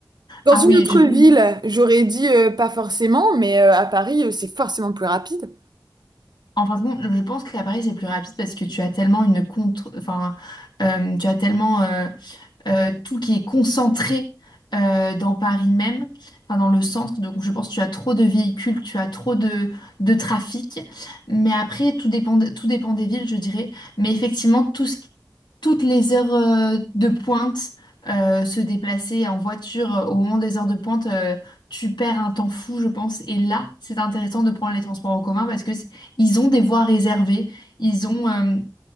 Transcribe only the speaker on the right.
Dans
une
autre
ville, j'aurais dit euh, pas forcément, mais euh, à Paris, euh, c'est forcément plus rapide.